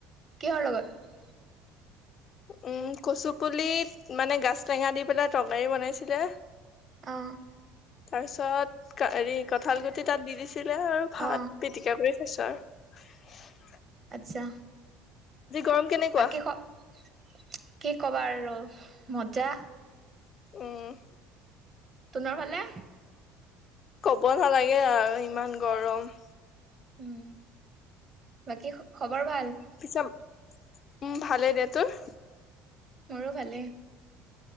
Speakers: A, on the right; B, on the left.
A: কি হৰ লগত
B: উম, কচু পুল মানে গাছ টেঙা দি পেলাই তৰকাৰী বনাইছিলে।
A: অ',
B: তাৰ পিছত হৰি কঁঠাল গুটি তাত দি দিছিলে আৰু ভাত
A: অ
B: পিটিকা কৰি। ছ <unintelligible>
A: আচ্ছা,
B: গৰম কেনেকুৱা
A: বাকী খবৰ কি কবা আৰু মজা।
B: অহ,
A: তোনৰ ফালে।
B: ব নালাগে আৰু ইমান গৰম।
A: উম, বাকী খবৰ ভাল?
B: পিছে উম, ভালেই দে তোৰ
A: মোৰো ভালেই।